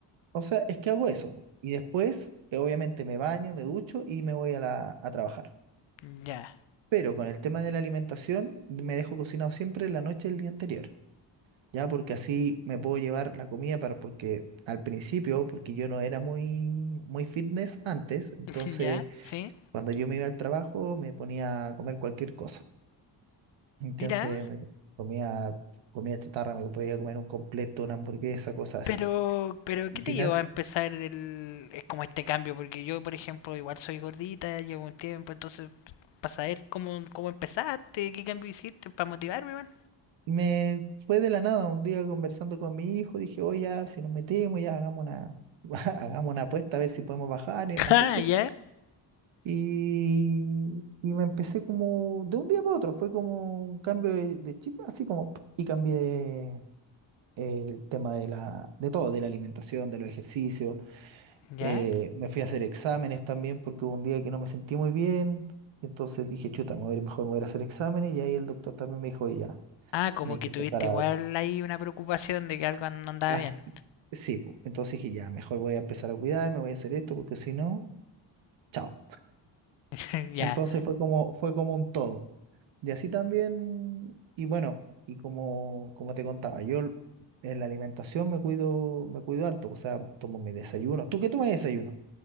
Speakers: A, on the right; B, on the left.
A: o sea, es que hago eso. Y después, eh, obviamente, me baño, me ducho y me voy a, la, a trabajar.
B: <laughs> Ya,
A: Pero con el tema de la alimentación, me dejo cocinado siempre la noche del día anterior, ¿ya? Porque así me puedo llevar la comida para, porque al principio, porque yo no era muy, muy fitness antes, entonces
B: <laughs> ya, sí.
A: cuando yo me iba al trabajo me ponía a comer cualquier cosa. Entonces
B: Mira,
A: me comía comida chatarra, me podía comer un completo, una hamburguesa, cosas
B: Pero,
A: así.
B: pero,
A: Y
B: ¿qué
A: final,
B: te llevó a empezar el, es como este cambio? Porque yo, por ejemplo, igual soy gordita, llevo un tiempo, entonces, para saber cómo, cómo empezaste, qué cambio hiciste, para motivarme, man.
A: Me fue de la nada un día conversando con mi hijo, dije, oye, ya, si nos metemos, ya hagamos una, <laughs> hagamos una apuesta a ver si podemos bajar. y
B: <laughs>
A: Así
B: Ah,
A: empecé.
B: ya.
A: Y, y me empecé como, de un día para otro, fue como un cambio de, de chip, así como, ¡pum! y cambié el tema de la, de todo, de la alimentación, de los ejercicios.
B: ¿Ya?
A: Eh, me fui a hacer exámenes también porque hubo un día que no me sentí muy bien. Entonces dije, chuta, me voy a ir mejor, me voy a ir a hacer exámenes. Y ahí el doctor también me dijo, "Oye, ya.
B: Ah, como
A: Tenéis
B: que
A: que
B: tuviste
A: empezar a
B: igual ahí una preocupación de que algo no andaba
A: Así,
B: bien.
A: sí, po. Entonces dije, ya, mejor voy a empezar a cuidarme, voy a hacer esto, porque si no, chao.
B: <laughs> Ya.
A: Entonces fue como, fue como un todo. Y así también, y bueno, y como, como te contaba, yo en la alimentación me cuido, me cuido harto, o sea, tomo mi desayuno. ¿Tú qué tomas de desayuno?